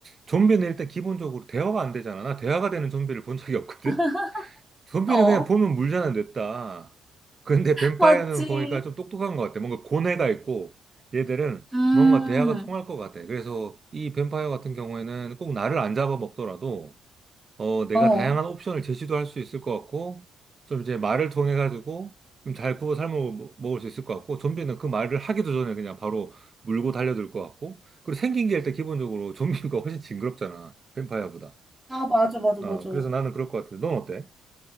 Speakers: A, on the right; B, in the centre.
A: 좀비는 일단 기본적으로 대화가 안 되잖아. 나 대화가 되는 좀비를 본 적이 없거든?
B: <laughs>
A: 좀비는
B: 어,
A: 그냥 보면 물잖아, 냈다. 근데 뱀파이어는
B: 맞지.
A: 보니까 좀 똑똑한 것 같아. 뭔가 고뇌가 있고 얘들은
B: 음,
A: 뭔가 대화가 통할 것 같아. 그래서 이 뱀파이어 같은 경우에는 꼭 나를 안 잡아먹더라도 어, 내가
B: 어.
A: 다양한 옵션을 제시도 할 수 있을 것 같고, 좀 이제 말을 통해 가지고 좀 잘 구워 삶아 먹- 먹을 수 있을 것 같고, 좀비는 그 말을 하기도 전에 그냥 바로 물고 달려들 것 같고, 그리고 생긴 게 일단 기본적으로 <laughs> 좀비가 훨씬 징그럽잖아. 뱀파이어보다.
B: 아, 맞아, 맞아,
A: 어,
B: 맞아.
A: 그래서 나는 그럴 것 같은데, 넌 어때?